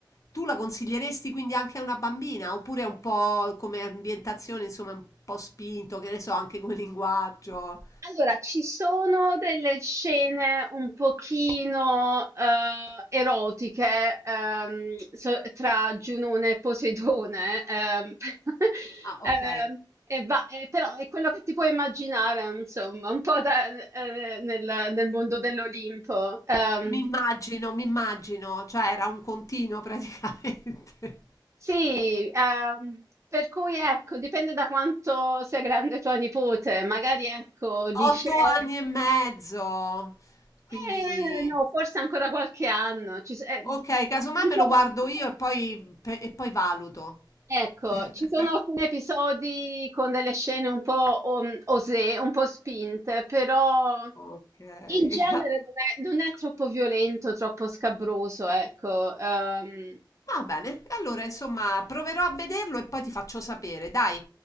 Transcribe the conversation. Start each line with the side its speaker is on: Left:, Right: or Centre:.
Left: Tu la consiglieresti quindi anche a una bambina? Oppure è un po' come ambientazione, insomma, un po' spinto, che ne so, anche come linguaggio?
Right: Allora, ci sono delle scene un pochino eh, erotiche ehm, so- tra Giunone e Poseidone, ehm, <laughs>
Left: Ah,
Right: ehm,
Left: ok.
Right: e va- e però è quello che ti puoi immaginare, insomma, un po' da- eh, nel, nel mondo dell'Olimpo. Ehm,
Left: Mi immagino, mi immagino, cioè era un continuo praticamente. <laughs>
Right: sì, ehm, per cui ecco, dipende da quanto sia grande tua nipote, magari ecco, li
Left: Otto
Right: scegli.
Left: anni e mezzo, quindi
Right: Eh, no, forse ancora qualche anno. Ci s eh,
Left: ok, casomai
Right: ci
Left: me
Right: sono
Left: lo guardo io e poi, pe- e poi valuto.
Right: ecco,
Left: <laughs>
Right: ci sono alcuni episodi con delle scene un po' om osé, un po' spinte, però
Left: Ok, <laughs>
Right: in genere non è non è troppo violento, troppo scabroso, ecco. Ehm,
Left: va bene. E allora, insomma, proverò a vederlo e poi ti faccio sapere, dai.